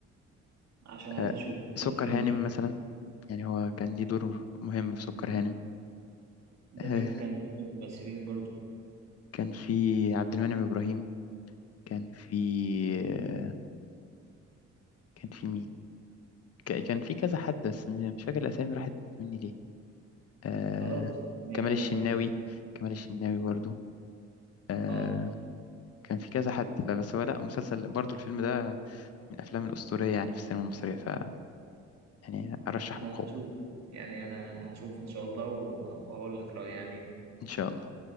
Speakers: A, on the right (about 60°); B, on the left (about 55°).
A: عشان عايز
B: آه،
A: اشوفه
B: سكر
A: قول لي فيلم
B: هانم
A: ليه
B: مثلا يعني هو كان ليه دور مهم في سكر هانم
A: ده
B: آه،
A: مين كان فيه من الممثلين برضه
B: كان في عبد المنعم إبراهيم كان في آه، كان في مين ك- كان في كذا حد بس مش فاكر الأسامي راحت مني ليه آه
A: خلاص يعني
B: كمال الشناوي
A: انا
B: كمال الشناوي برضو آه
A: اه
B: كان في كذا حد فبس هو لا مسلسل برضو الفيلم ده من الأفلام الأسطورية يعني في السينما المصرية ف يعني أرشح
A: انا
B: بقوة
A: هشوف يعني انا انا هشوف ان شاء الله و- وهقول لك رأيي عليه
B: إن شاء الله